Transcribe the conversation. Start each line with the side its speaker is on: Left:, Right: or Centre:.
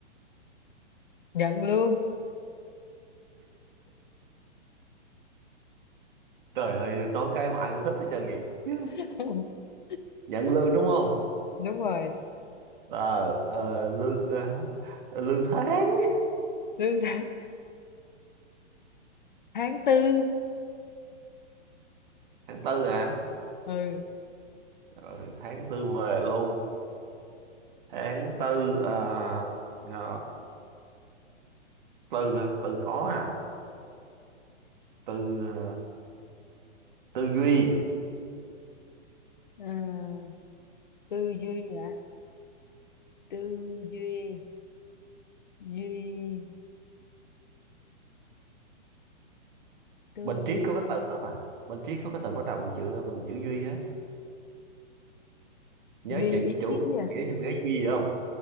Left: nhận lương
Right: trời ơi nói cái mà ai cũng thích hết trơn vậy <laughs>
Left: <laughs>
Right: nhận lương đúng không
Left: đúng rồi
Right: ờ ờ, lương ờ, lương tháng
Left: lương tháng tháng tư
Right: tháng tư hả
Left: ừ
Right: Rồi, tháng tư về luôn tháng tư à, à, từ à, từ khó à từ à, tư duy
Left: Ờ, tư duy à tư duy duy tư
Right: bên triết
Left: duy
Right: có cái từ đó mà bên triết có cái từ bắt đầu bằng chữ bằng chữ duy á nhớ
Left: duy
Right: chữ
Left: ý
Right: chủ
Left: chí à
Right: nghĩa chủ nghĩa duy gì không